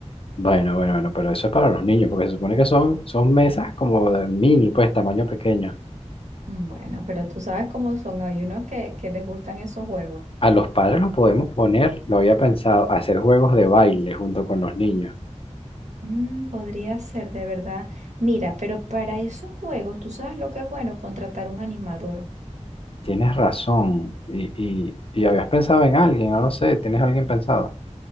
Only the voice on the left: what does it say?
Bueno, bueno, bueno, pero eso es para los niños, porque se supone que son, son mesas como de mini, pues tamaño pequeño.
A los padres los podemos poner, lo había pensado, hacer juegos de baile junto con los niños.
Tienes razón. Y, y, y habías pensado en alguien, no lo sé, ¿tienes alguien pensado?